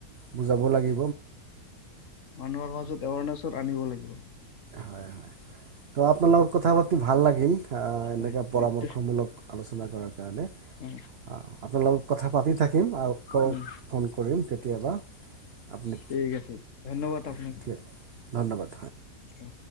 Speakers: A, on the right; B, on the left.
A: বুজাব লাগি
B: মানুহৰ মাজত <unintelligible> আনিব লা <unintelligible>
A: হয় ত আপোনাৰ লগত কথা পাতি ভাল লাগিল। আহ, এনেকা
B: হয়
A: পৰামৰ্শমূলক
B: নিশ্চয়
A: আলোচনা কৰাৰ কাৰণে
B: অ
A: আপোনাৰ লগত কথা পাতি থাকিম আকৌ
B: উম
A: ফোন কৰিম। কেতিয়াবা আপুনি
B: ঠিক আছে ধন্যবাদ
A: <unintelligible>
B: আপোনাক
A: ধন্যবাদ।
B: অ